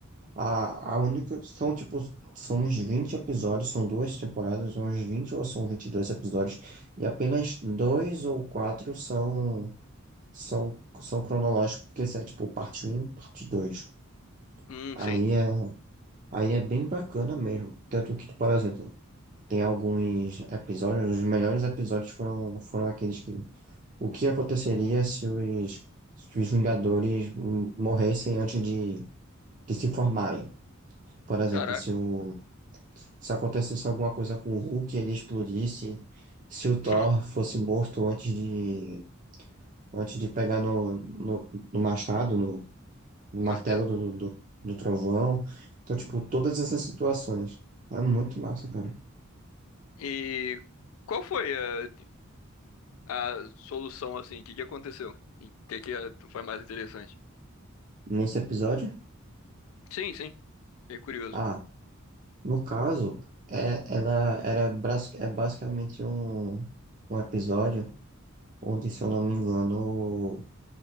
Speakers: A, on the right; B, on the left.
A: A, a única, são tipo, são uns 20 episódios, são duas temporadas, são uns 20 ou são 22 episódios, e apenas dois ou quatro são, são, são cronológicos, porque isso é tipo parte um parte dois
B: Hum,
A: Aí
B: sim.
A: é Aí é bem bacana mesmo. Tanto que, por exemplo, tem alguns episódios, os melhores episódios foram, foram aqueles que. O que aconteceria se os, se os Vingadores hum, morressem antes de, de se formarem? Por exemplo,
B: Caraca.
A: se, o, se acontecesse alguma coisa com o Hulk, ele explodisse, se o Thor
B: <laughs>
A: fosse morto antes de, antes de pegar no, no, no machado, no, no martelo
B: Martelo.
A: do, do, do trovão. Então, tipo, todas essas situações. É muito massa, cara.
B: E qual foi a, a solução assim? O que que aconteceu? E O que que eh, foi mais interessante?
A: nesse episódio?
B: Sim, sim. Fiquei curioso.
A: Ah, no caso, é, ela era bras- é basicamente um, um episódio onde, se eu não me engano,